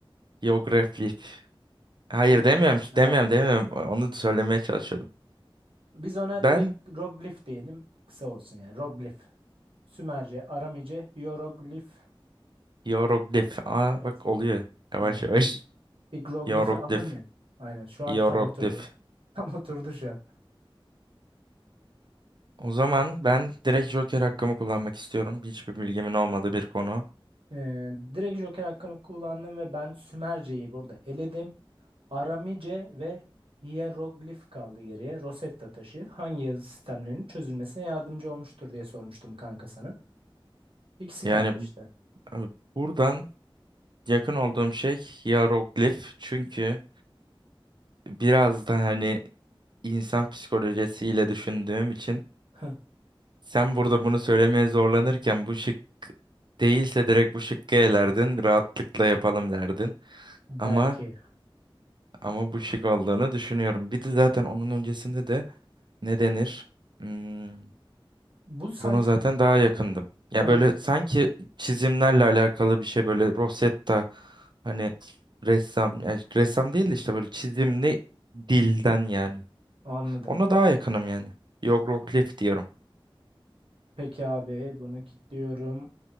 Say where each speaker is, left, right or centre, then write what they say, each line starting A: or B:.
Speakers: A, on the right; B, on the right.
A: Hiyografi. Hayır
B: Yo
A: demiyorum.
B: Ha.
A: Demiyorum demiyorum. Onu söylemeye çalışıyordum.
B: Biz ona
A: Ben
B: direkt roglif diyelim. Kısa olsun yani. Roglif. Sümerce, Aramice, Hieroglif.
A: hiyoglif. Aa
B: Evet.
A: bak oluyor. Yavaş
B: Aynen
A: yavaş.
B: oldu. Bir Groglif'i
A: Hiyoglif.
B: aldım ya. Aynen şu an
A: Hiyoglif.
B: tam oturdu. <laughs> Tam oturdu şu an.
A: O zaman ben direkt Joker hakkımı kullanmak istiyorum. Hiçbir bilgimin olmadığı bir konu.
B: Ee, direkt Joker hakkını kullandım ve ben Sümerce'yi burada eledim. Aramice ve Hieroglif kaldı geriye. Rosetta taşı hangi yazı sistemlerinin çözülmesine yardımcı olmuştur diye sormuştum kanka sana. İkisi
A: Yani
B: kaldı işte.
A: bu- buradan yakın olduğum şey hieroglif. Çünkü biraz da hani insan psikolojisiyle düşündüğüm için
B: <laughs>
A: sen burada bunu söylemeye zorlanırken bu şık değilse direkt bu şıkkı elerdin. Rahatlıkla yapalım derdin.
B: Belki.
A: Ama ama bu şık olduğunu düşünüyorum. Bir de zaten onun öncesinde de ne denir? Hmm,
B: Bu sanki
A: Buna zaten daha yakındım. Ya
B: evet
A: böyle sanki çizimlerle alakalı bir şey böyle Rosetta hani ressam yani ressam değil de işte böyle çizimli dilden yani.
B: anladım.
A: Ona daha yakınım yani. Hieroglif diyorum.
B: Peki abi bunu kilitliyorum.